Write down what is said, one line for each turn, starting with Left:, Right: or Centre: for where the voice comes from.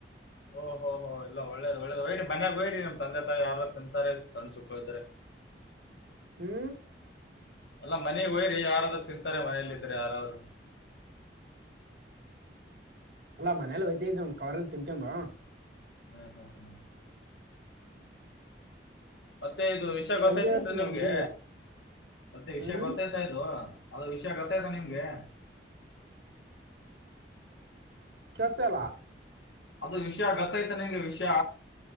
Left: ಓ ಹೊೋ ಹೊ ಎಲ್ಲ ಒ ಒಳ್ಳೇ ಒಳ್ಳೇದು ಹಯ್ರರಿ ಮನ್ಯಾಗ ಹಯರಿ ನಮ್ ತಂದೆ ತಾಯಿ ಯಾರ ತಿಂತಾರೆ ಸಣ್ಣ ಚುಕ್ಕಳ ಇದ್ದೆ
Right: ಹ್ಮ್
Left: ಅಲ್ಲಾ ಮನೆ ಹೋಯ್ರರಿ ಯಾರಾದ್ರರು ತಿಂತಾರೆ ಮನಲ್ಲ ಇದ್ರೆ ಯಾರಾದ್ರು
Right: ಅಲ್ಲಾ ಮನೇಲಿ ಹೊಯ್ತಾ ಇದ ಒ ಕವರೆ ಎಲ್ಲಿ ತಿಮಟಂದು
Left: ಹ್ಮ್ ಹ್ಮ್ ಹ್ಮ ಮತ್ತೆ ಇದು ವಿಷಯ ಗೊತ್ತಾಯ್ತನ್ರಿ
Right: ಒಯ್ತಾ ಇರ್ತೀನಿ
Left: ನಿಮ್ಗೆ
Right: ಹಂಗೇನಿಲ್ಲ
Left: ಮತ್ತೆ ವಿಷಯ
Right: ಹ್ಮ್
Left: ಗೊತ್ತಾಯ್ತಾ ಇದು ಅದು ವಿಷಯ ಗತ್ತಾಯಯ್ತಾ ನಿಮ್ಗೆ
Right: ಕೆಳ್ಸ್ತ ಇಲ್ಲ
Left: ಅದು ವಿಷಯ ಗತ್ತೈತ ನಿಂಗೆ ವಿಷಯ